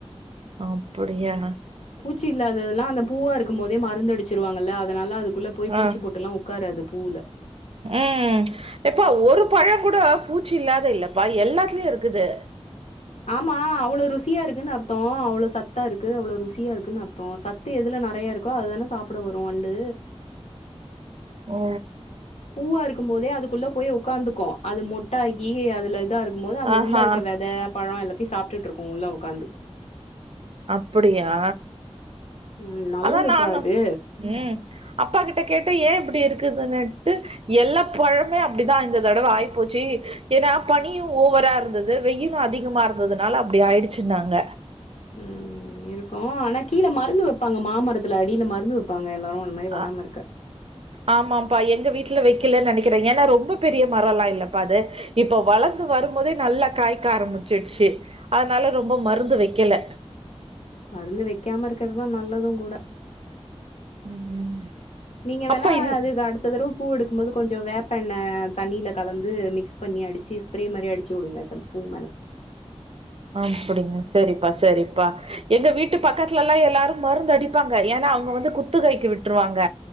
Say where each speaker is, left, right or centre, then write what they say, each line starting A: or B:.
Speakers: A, on the right; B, on the left.
A: அப்படியா
B: பூச்சி இல்லாததுல்லா அந்த பூவா இருக்கு போதே மருந்து அடிச்சிருவாங்கல்ல அதனால அது க்குள்ள போய்
A: ஆ
B: பூச்சி பொட்டுல்லா உக்காராது பூவ்ல
A: ம் எப்பா ஒரு பழ கூட பூச்சி இல்லாத இல்லப்பா எல்லாத்துலயு இருக்குது
B: ஆமா அவ்ளோ ருசியா இருக்குன்னு அர்த்த அவ்வளோ சத்தா இருக்கு அவ்ளோ ருசியா இருக்குன்னு அர்த்த சத் சத்து எதுல நெறையா இருக்கோ அதுதானே சாப்பட வரு வண்டு
A: ஓ
B: பூவா இருக்கு போதே அதுக்குள்ள போய் ஒக்காந்துக்கு அது மொட்டாகி அதுல இதா இருக்கு போது அந்த
A: ஆஹா
B: உள்ள இருக்க வெத பழ எல்லாத்தையு சாப்ட்டுட்டு இருக்கு உள்ள உக்காந்து
A: அப்டியா
B: ம் நல்லதுப்பா
A: அதா நானும்
B: அது
A: ம் அப்பா கிட்ட கேட்ட ஏன் இப்டி இருக்குதுன்னட்டு எல்லா பழமே அப்டிதா இந்த தடவ ஆகிப்போச்சு ஏன்னா பனியு ஓவரா இருந்தது வெயிலு அதிகமா இருந்ததுனால அப்டி ஆயிடுச்சுன்னாங்க
B: ம் இருக்கு ஆனா கீழே மருந்து வைப்பாங்க மாமரத்துல அடியில மருந்து வைப்பாங்க எல்லாரு இந்த மாரி வராம
A: ஆ
B: இருக்க
A: ஆமாப்பா எங்க வீட்டுல வைக்கலன்னு நெனைக்கிறே ஏன்னா ரொம்ப பெரிய மரம்லா இல்லப்பா அது இப்ப வளந்து வரும்போதே நல்லா காய்க்க ஆரம்பிச்சடுச்சு அதனால ரொம்ப மருந்து வைக்கல
B: மருந்து வைக்காம இருக்கிறதுதா நல்லது கூட
A: ம் ம்
B: நீங்க வேணா
A: அப்பா இன்
B: அதுக்கு அடுத்த தட பூ எடுக்கு பூக்கும்போது கொஞ்சோ வேப்பண்ணெ தண்ணியில கலந்து மிக்ஸ் பண்ணி அடிச்சு ஸ்ப்ரே மாரி அடிச்சு விடுங்க அ பூ மேலே
A: அப்டிங்க செரிப்பா செரிப்பா எங்க வீட்டு பக்கத்துல்லா எல்லாரு மருந்து அடிப்பாங்க ஏன்னா அவங்க வந்து குத்து கைக்கு விட்டுருவாங்க